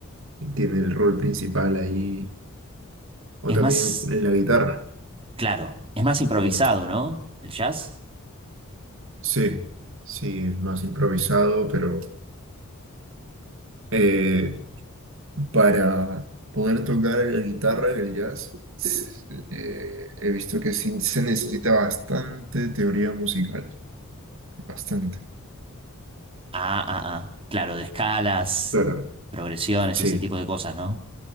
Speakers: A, on the right (about 60°); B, on the right (about 25°).
A: tiene el rol principal ahí, o
B: Es
A: también
B: más,
A: la guitarra.
B: claro, es más improvisado,
A: Lo bonito
B: ¿no? El jazz.
A: Sí, sí, es más improvisado, pero eh, para poder tocar la guitarra en el jazz, s- eh, he visto que sí se necesita bastante teoría musical, bastante.
B: Ah, ah, ah. Claro, de escalas,
A: Claro.
B: progresiones,
A: Sí,
B: ese tipo de cosas, ¿no?